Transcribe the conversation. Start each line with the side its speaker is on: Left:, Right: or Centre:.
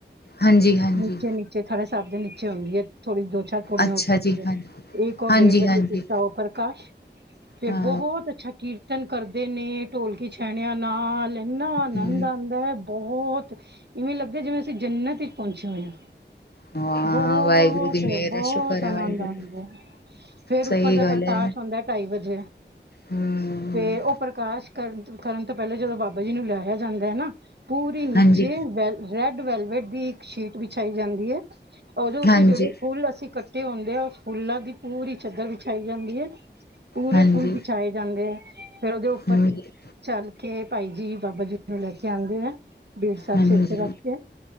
Left: ਹਾਂਜੀ-ਹਾਂਜੀ,
Right: ਨੀਚੇ-ਨੀਚੇ ਥੜੇ ਸਾਭ ਦੇ ਨੀਚੇ ਹੁੰਦੀ ਐ ਥੋੜ੍ਹੀ ਦੋ-ਛੱ ਪੁੜੀਆਂ
Left: ਅੱਛਾ
Right: ਉੱਤਰ ਤੇ,
Left: ਜੀ, ਹਾਂ ਹਾਂਜੀ,
Right: ਇੱਕ ਉਹ ਡੇਢ ਵਜੇ
Left: ਹਾਂਜੀ-ਹਾਂਜੀ।
Right: ਕੀਤਾ ਉਹ ਪ੍ਰਕਾਸ਼ ਫੇਰ
Left: ਹਾਂ,
Right: ਬਹੁਤ ਅੱਛਾ ਕੀਰਤਨ ਕਰਦੇ। ਨੇ ਢੋਲਕੀ- ਛੈਣਿਆਂ ਨਾਲ ਇੰਨਾ ਆਨੰਦ
Left: ਹੂੰ,
Right: ਆਂਦਾ ਐ, ਬਹੁਤ ਇਵੇਂ ਲੱਗਦਾ ਜਿਵੇਂ- ਅਸੀਂ ਜਨਨਤ ਤੱਕ ਪਹੁੰਚੇ ਹੋਏ ਆ।
Left: ਹਾਂ,
Right: ਬਹੁਤ,
Left: ਵਾਹਿਗੁਰੂ ਦੀ ਮਿਹਰ
Right: ਬਹੁਤ
Left: ਹੈ, ਸ਼ੁਕਰ ਹੈ
Right: ਆਨੰਦ
Left: ਵਾਹਿਗੁਰੂ
Right: ਆਂਦਾ। ਫਿਰ ਉੱਪਰ
Left: ਸਹੀ
Right: ਦਾ
Left: ਗੱਲ
Right: ਪ੍ਰਕਾਸ਼
Left: ਹੈ,
Right: ਹੁੰਦਾ, ਢਾਈ ਵਜੇ
Left: ਹੂੰ,
Right: ਫੇਰ ਉਹ ਪ੍ਰਕਾਸ਼ ਕਰਨ, ਕਰਨ ਤੋਂ ਪਹਿਲਾਂ, ਜਦੋਂ ਬਾਬਾ ਜੀ ਨੂੰ ਲਿਆਇਆ ਜਾਂਦਾ ਐ ਨਾ ਪੂਰੀ ਨੀਚੇ
Left: ਹਾਂਜੀ,
Right: ਵ ਰੈਡ ਵੈਲਵੇਟ ਦੀ ਇੱਕ ਸ਼ੀਟ ਵਿਛਾਈ ਜਾਂਦੀ ਐ। ਉਹਦੇ ਉੱਤੇ
Left: ਹਾਂਜੀ,
Right: ਜਿਹੜੇ ਫੁੱਲ ਅਸੀਂ ਕੱਟੇ ਹੁੰਦੇ ਆ। ਉਸ ਫੁੱਲਾਂ ਦੀ ਪੂਰੀ ਚਾਦਰ ਵਿਛਾਈ ਜਾਂਦੀ ਐ। ਪੂਰੇ
Left: ਹਾਂਜੀ,
Right: ਫੁੱਲ ਵਿਛਾਏ ਜਾਂਦੇ ਐ, ਫੇਰ ਉਹਦੇ ਉੱਪਰ
Left: ਹਾਂਜੀ,
Right: ਚੱਲ ਕੇ, ਭਾਈ ਜੀ ਬਾਬਾ ਜੀ ਨੂੰ ਲੈ ਕੇ ਆਂਦੇ ਆ। ਬੀੜ ਸਾਹਿਬ
Left: ਹਾਂਜੀ,
Right: ਸਿਰ ਤੇ ਰੱਖ ਕੇ,